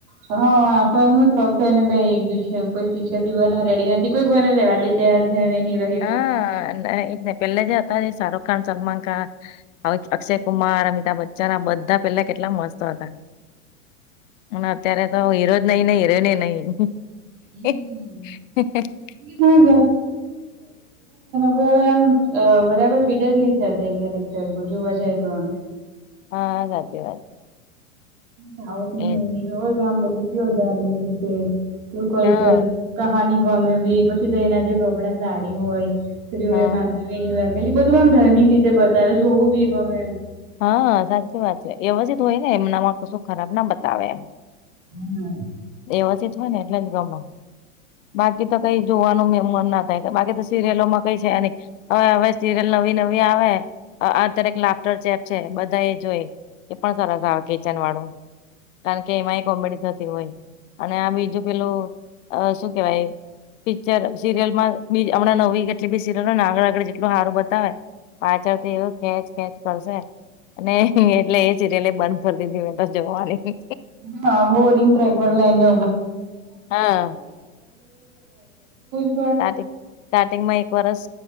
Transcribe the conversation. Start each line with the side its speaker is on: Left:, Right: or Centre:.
Right: હા, આખું એમનું ઠબ થઈને બેહી ગયું, કોઈ પિક્ચર બી બનાવા રેડી નથી. <unintelligible>
Left: હા. અને ઈ જ ને. પેલા જે હતા શાહરુખ ખાન, સલમાન ખાન હવે અક્ષય કુમાર, અમિતાભ બચ્ચન આ બધા પેલા કેટલા મસ્ત હતા. અને અત્યારે તો હીરો જ નહીં ને, હિરોઈને નહીં.
Right: હમ્મ
Left: <inaudible>
Right: <unintelligible> કોઈ હવે આમ બરાબર ફીટ જ નહીં <unintelligible> જોવા જાય તો આમ.
Left: હા સાચી વાત.
Right: <unintelligible>
Left: એજ
Right: ધાર્મિક રીતે એવું કલ્ચર
Left: હા
Right: કહાની ગમે બી, પછી તેના જે <unintelligible> સાડી હોય <unintelligible>
Left: હા
Right: <unintelligible> બધું આમ ધાર્મિક રીતે બતાવે, જોવું બી ગમે એમ.
Left: હા, સાચી વાત છે. વ્યવસ્થિત હોય ને એમનામાં કશું ખરાબ ના બતાવે એમ.
Right: હમ્મ.
Left: વ્યવસ્થિત હોય ને એટલે જ ગમે, બાકી તો કંઈ જોવાનું મે મન ના <unintelligible> બાકી તો સિરિયલોમાં કંઈ છે નહીં, હવે-હવે સિરિયલ નવી-નવી આવે આ-આ દરેક લાફ્ટર ચેપ છે, બધા એ જોઈ, એ પણ સરસ આવે કિચન વાળું. કારણ કે એમાંય કોમેડી થતી હોય, અને આ બીજું પેલું અહ શું કેવાય પિક્ચર સિરિયલમાં બી હમણાં નવી કેટલી બી સીરિયલ હોય ને આગળ-આગળ જેટલું હારું બતાવે પાછળથી એવું ખેંચ-ખેંચ કરશે અને એટલે જ બંધ કરી દીધી મેં તો જોવાની.
Right: હા. બોરિંગ ટ્રેક <unintelligible> લઈને
Left: હા
Right: <unintelligible> <unintelligible>
Left: સ્ટાર્ટિંગ-સ્ટાર્ટિંગમાં એક વરસ